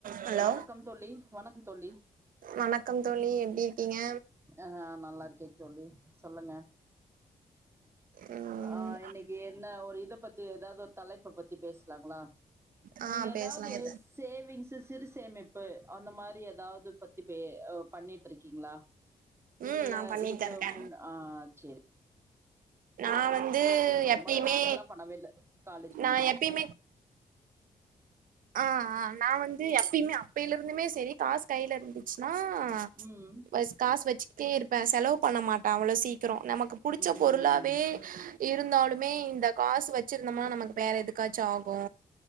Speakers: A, on the right; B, on the right.
A: Hello
B: வணக்கம் தோழி வணக்க தோழி
A: வணக்கம் தோழி எப்டி இருக்கீங்க
B: அ நல்லா இருக்கே தோழி சொல்லுங்க
A: ம்
B: அ இன்னைக்கி என்ன ஒரு இத பத்தி எதாவுது ஒரு தலைப்ப பத்தி பேசலாங்ளா
A: ஆ
B: நீங்க
A: பேசலா
B: எதாவ்து
A: இது
B: சேவிங்ஸ்ஸு சிறு சேமிப்பு அந்த மாரி எதாவுது பத்தி பே அ பண்ணிட்ருக்கீங்ளா நீங்களா
A: ம் நா பண்ணிட்தா
B: இதுக்கு
A: இருக்கே
B: முன் அ சேரி
A: நா வந்து
B: ரொம்பலா
A: எப்பயுமே
B: நாங்கலா பண்ணவேல்ல காலேஜ் படிக்கில
A: நா எப்பயுமே அ அ நா வந்து எப்பயுமே அப்பயிலருந்துமே செரி காசு கையில இருந்துச்சுனா <unintelligible>
B: ம்
A: காசு வெச்சுகிட்டே இருப்ப செலவு பண்ணமாட்ட அவ்ளோ சீக்கிரோ நமக்கு புடிச்ச
B: ம்
A: பொருளாவே இருந்தாலுமே இந்த காசு வச்சுருந்தம்னா நமக்கு வேற எதுக்காச்சு ஆகு